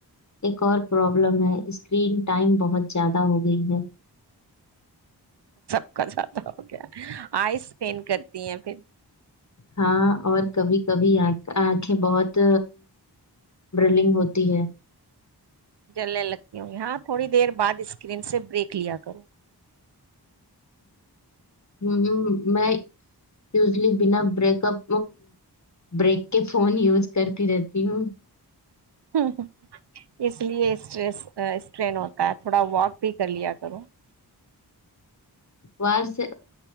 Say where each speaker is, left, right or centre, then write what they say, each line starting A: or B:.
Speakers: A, on the left; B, on the right.
A: ایک اور پرابلم ہے اسکرین ٹائم بہت زیادہ ہو گئی ہے
B: جاتا ہو کیا آئیپین کرتی ہیں پھر
A: ہاں اور کبھی کبھی آنکھیں بہت برلنگ ہوتی ہے
B: جلنے لگتی ہوں ہاں تھوڑی دیر بعد اسکرین سے بریک لیا کروں
A: ہ میں وزلی بنا بریک اپ بریک کے فون یوز کرتی رہتی ہوں
B: ہ اس لیے اسٹریس اسٹرین ہوتا ہے تھوڑا واک بھی کر لیا کروں
A: و سے